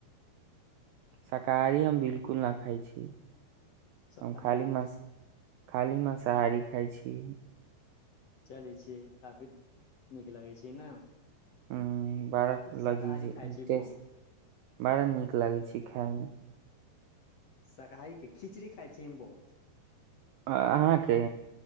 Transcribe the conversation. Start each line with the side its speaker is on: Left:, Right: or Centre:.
Right: शाकाही हम बिलकुल नहि खाइ छी
Left: शाकाहारी
Right: अ खाली मस खाली मसहारी खााय छी
Left: चलै छियै काफी नीक लगै छै ने
Right: ह
Left: हम
Right: बड़ा
Left: तऽ शाकाहारी
Right: लजीजट
Left: खाइ छी बहुत
Right: बड़ा नीक लागै छै खाायमे
Left: शाकाहीे खिचड़ी खाइ छीिय हम बहुत
Right: अहाँके